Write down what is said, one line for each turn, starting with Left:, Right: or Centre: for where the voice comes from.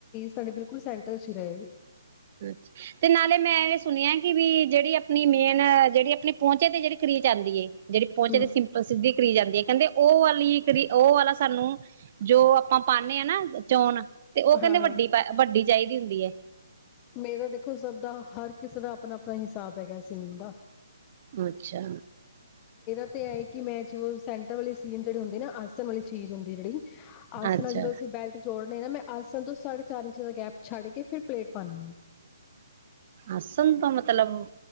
Left: ਸਾਡੇ ਬਿਲਕੁਲ ਸੈਂਟਰ ਹੀ ਰਹੇ ਗੀ।
Right: ਅ ਤੇ ਨਾਲੇ ਮੈਂ ਇਹ ਸੁਣਿਆ ਕਿ ਵੀ ਜਿਹੜੀ ਆਪਣੀ ਮੇਨ ਜਿਹੜੀ ਆਪਣੀ ਪਹੁਚੇ ਤੇ ਕਰੀਜ ਆਉਦੀ ਹੈ। ਜਿਹੜੀ ਪਹੁੰਚੇ
Left: ਹਮ
Right: ਤੇ ਸਿੰਲ ਸਿੱਧੀ। ਕਰੀ ਜਾਂਦੀ ਆ ਕਹਿੰਦੇ ਉਹ ਵਾਲੀ ਉਹ ਵਾਲਾ ਸਾਨੂੰ, ਜੋ ਆਪਾਂ ਪਾਦੇ ਹਾਂ ਨਾ ਚੋਣ ਤੇ ਉਹ ਕਹਿੰਦੇ
Left: ਹਾਂ ਹਾਂ
Right: ਵੱਡੀ ਪ ਵੱਡੀ ਚਾਹੀਦੀ ਹੁੰਦੀ ਹੈ।
Left: ਮੇਰਾ ਦੇਖੋ ਸਭ ਦਾ ਹਰ ਕਿਸੇ ਦਾ ਆਪਣਾ- ਆਪਣਾ ਹਿਸਾਬ ਹੈਗਾ ਸੀਨ ਦਾ।
Right: ਅੱਛਾ।
Left: ਆਏ ਕਿ ਮੈਂ ਚ ਸੈਂਟਰ ਵਾਲੀ ਸੀਨ ਜਿਹੜੀ ਹੁੰਦੀ ਨਾ ਆਸਨ ਵਾਲੀ ਚੀਜ਼ ਹੁੰਦੀ ਜਿਹੜੀ ਅਸ
Right: ਅੱਛਾ
Left: ਨਾ ਜਦੋਂ ਅਸੀਂ ਬੈਲਟ ਜੋੜਨ ਨਾ ਮੈਂ ਅੱ ਸਾਨੂੰ ਤੋਂ ਸ ਸਾਢੇ ਚਾਰ ਇੰਚ ਦਾ ਗੈਪ ਛੱਡ ਕੇ ਫਿਰ ਪਲੇਟ ਹਾਂਜੀ।
Right: ਆਸਣ ਤੋਂ ਮਤਲਬ,